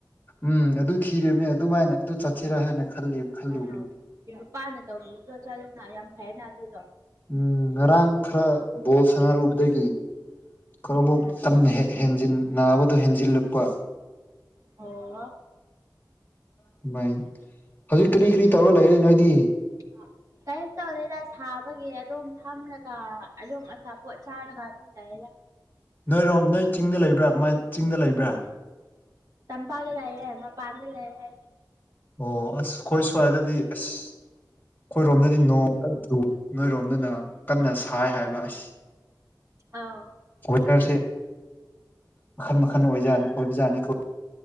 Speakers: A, on the left; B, on the right.
A: ꯎꯝ ꯑꯗꯨ ꯊꯤꯔꯤꯕꯅꯤ ꯑꯗꯨꯃꯥꯏꯅ ꯑꯗꯨ ꯆꯠꯁꯤꯔꯥ ꯍꯥꯏꯅ ꯈꯜꯂꯤ ꯈꯜꯂꯨꯕꯅꯤ
B: ꯑꯥ ꯅꯨꯄꯥꯅ ꯇꯧꯗ꯭ꯔꯣ ꯆꯠꯂꯨꯅ ꯌꯥꯝ ꯐꯩꯅ ꯑꯗꯨꯗꯣ
A: ꯎꯝ ꯉꯔꯥꯡ ꯈꯔ ꯕꯣꯜ ꯁꯥꯟꯅꯔꯨꯕꯗꯒꯤ ꯈꯔꯃꯨꯛ
B: ꯎꯝ
A: ꯇꯝꯅꯍꯦꯛ ꯍꯦꯟꯖꯤꯟ ꯅꯥꯕꯗꯣ ꯍꯦꯟꯖꯤꯜꯂꯛꯄ
B: ꯑꯣ
A: ꯑꯗꯨꯃꯥꯏ ꯍꯧꯖꯤꯛ ꯀꯔꯤ ꯀꯔꯤ ꯇꯧꯔ ꯂꯩꯔꯦ ꯅꯣꯏꯗꯤ
B: ꯑꯥ ꯀꯩꯅ ꯇꯧꯗꯣꯏꯗ ꯁꯥꯕꯒꯤ ꯑꯗꯨꯝ ꯐꯝꯔꯒ ꯑꯗꯨꯝ ꯑꯆꯥꯄꯣꯠ ꯆꯥꯔꯒ ꯑꯗꯨꯝ ꯂꯩꯔ
A: ꯅꯣꯏꯔꯣꯝ ꯅꯣꯏ ꯆꯤꯡꯗ ꯂꯩꯕ꯭ꯔꯥ ꯀꯃꯥꯏ ꯆꯤꯡꯗ ꯂꯩꯕ꯭ꯔꯥ
B: ꯇꯝꯝꯕꯒ ꯂꯑ ꯉ ꯄꯥꯟꯒ ꯂꯑꯦ
A: ꯑꯣ ꯑꯁ ꯈꯈꯣꯏ ꯁ꯭ꯋꯥꯏꯗꯗꯤ ꯑꯁ ꯑꯩꯈꯣꯏꯔꯣꯝꯗꯗꯤ ꯅꯣꯡ ꯅꯣꯏꯔꯣꯝꯗꯅ ꯀꯟꯅ ꯁꯥꯏ ꯍꯥꯏꯕ ꯑꯁꯤꯁ
B: ꯑꯥ
A: ꯋꯦꯗꯔꯁꯦ ꯃꯈꯟ ꯃꯈꯜ ꯑꯣꯏꯕꯖꯥꯠꯅꯤꯀꯣ꯫